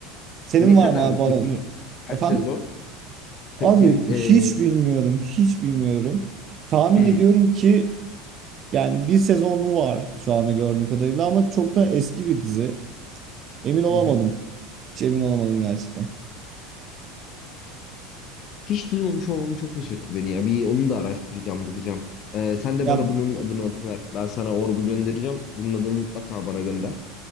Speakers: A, on the right; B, on the left.
A: Senin
B: Ne
A: var
B: kadar
A: mı abi bana?
B: peki? Kaç
A: Efendim?
B: sezon? Ka-
A: Abi
B: Senin
A: hiç
B: e,
A: bilmiyorum, hiç bilmiyorum. Tahmin
B: hmm.
A: ediyorum ki yani bir sezonlu var şu anda gördüğüm kadarıyla ama çok da eski bir dizi. Emin olamadım.
B: Hı hı.
A: Hiç emin olamadım gerçekten.
B: Hiç duymamış olmam çok şaşırttı beni ya. Bir onu da araştıracağım, bakacağım. Ee, sen de
A: Ya
B: bana bunun adını atıver. Ben sana orbu göndereceğim. Bunun adını mutlaka bana gönder.